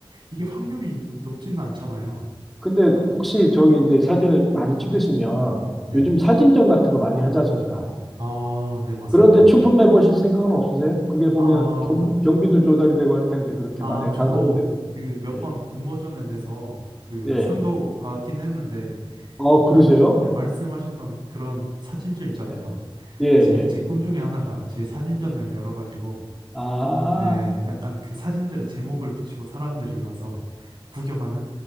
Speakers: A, on the right; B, in the centre.
A: 이게
B: 네.
A: 확률이 높지는 않잖아요.
B: 근데 혹시 저기 이제 사진을 많이 찍으시면
A: 네.
B: 요즘 사진전 같은 거 많이 하지 않습니까?
A: 아, 네, 맞습니다.
B: 그런데 춘품 해 보실 생각은 없으세요? 그게 보면
A: 아,
B: 경비, 경비도 조달이 되고 할 텐데 그렇게
A: 아,
B: 만약에
A: 저도
B: 당선이 되고 하면.
A: 그 몇
B: 예.
A: 번 공모전에 내서 그
B: 예.
A: 상도 받긴 했는데,
B: 어, 그러세요?
A: 그, 네, 말씀하셨던 그런 사진전 있잖아요.
B: 예. 예,
A: 제,
B: 예.
A: 제 꿈 중에 하나가 제 사진전을
B: 예.
A: 열어가지고,
B: 아,
A: 예, 약간 그 사진들의 제목을 붙이고 사람들이 와서 구경하는